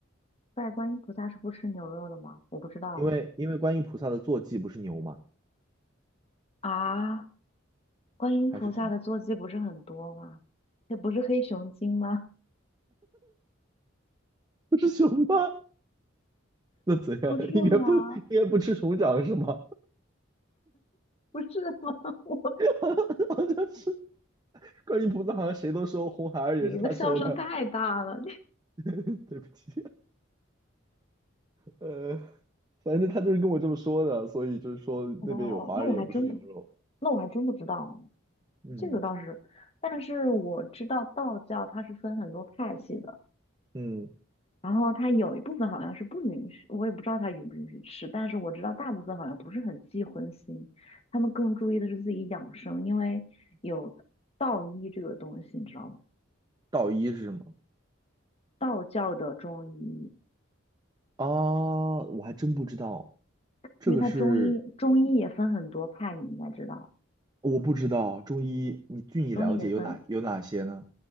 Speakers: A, on the left; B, on the right.
A: 拜观音菩萨是不吃牛肉的吗？我不知道哎。
B: 因为因为观音菩萨的坐骑不是牛吗？
A: 啊，观音菩萨的坐骑不是很多吗？
B: 还是什么？
A: 那不是黑熊精吗？
B: <laughs> 不是熊吗？那怎样？
A: 不是吗？
B: <laughs> 应该不应该不吃熊掌是吗？
A: 不是吗？<laughs> 我
B: <laughs> 好像是观音菩萨，好像谁都收，红孩儿也是他收的。
A: 你的笑声太大了。
B: <laughs> 对不起，呃，反正他就是跟我这么说的，所以就是说那边有华人也不吃牛肉。
A: <laughs> 哦，那我还真不，那我还真不知道，
B: 嗯
A: 这个倒是，但是我知道道教它是分很多派系的，
B: 嗯，
A: 然后它有一部分好像是不允许，我也不知道它允不允许吃，但是我知道大部分好像不是很忌荤腥，他们更注意的是自己养生，因为有道医这个东西，你知道吗？
B: 道医是什么？
A: 道教的中医，
B: 啊，我还真不知道，这个是
A: 因为它中医中医也分很多派，你应该知道，
B: 我不知道。中医你据你了解有哪有哪些呢？
A: 中医也分。